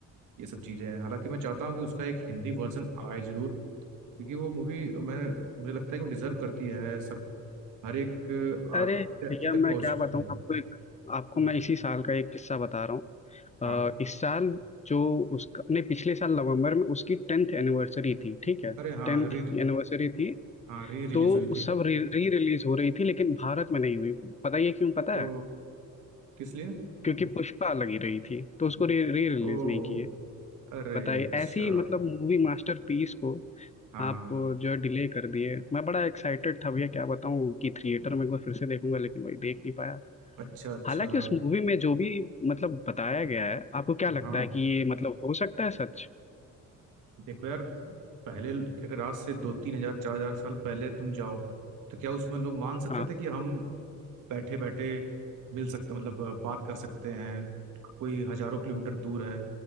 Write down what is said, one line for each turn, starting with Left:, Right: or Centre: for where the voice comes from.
Right: ये सब चीज़ें हैं हालांकि मैं चाहता हूँ कि उसका एक हिंदी वर्जन आए जरूर क्योंकि वो मूवी मैं मुझे लगता है कि डिजर्व करती है हर एक आद-
Left: अरे
Right: व्यक्ति
Left: भैया
Right: तक
Left: मैं
Right: पहुंच
Left: क्या बताऊं
Right: हम्म
Left: आपको एक आपको
Right: हम्म।
Left: मैं इसी साल का एक किस्सा बता रहा हूँ
Right: हाँ
Left: अ, इस साल जो उसका नहीं पिछले साल नवंबर में उसकी टेंथ एनिवर्सरी थी ठीक है
Right: अरे हाँ
Left: टेंथ
Right: री
Left: एनिवर्सरी थी
Right: हाँ री रिलीज
Left: तो
Right: हुई
Left: वो सब
Right: थी
Left: री, री रिलीज हो रही थी लेकिन भारत में नहीं हुई पता ये क्यों पता
Right: ओ
Left: है
Right: किस लिए
Left: क्योंकि पुष्पा लगी रही थी तो उसको री, री रिलीज
Right: ओ
Left: नहीं किए
Right: अरे
Left: बताइए
Right: अच्छा
Left: ऐसी मतलब मूवी मास्टरपीस को
Right: हाँ
Left: आप जो है डिले कर दिए मैं बड़ा एक्साइटेड था भैया क्या बताऊं कि थिएटर में एक बार फिर से देखूंगा लेकिन वही देख नहीं
Right: अच्छा अच्छा
Left: हालांकि उस मूवी में जो भी मतलब बताया गया है आपको क्या लगता
Right: हाँ
Left: है हम्म कि ये मतलब हो सकता है सच
Right: देखो यार पहले अगर आज से दो तीन हजार चार हजार साल पहले तुम जाओ तो क्या उसमें लोग मान सकते
Left: हाँ
Right: थे कि हम बैठे बैठे मिल सकते मतलब अ, बात कर सकते हैं कोई हजारों किलोमीटर दूर है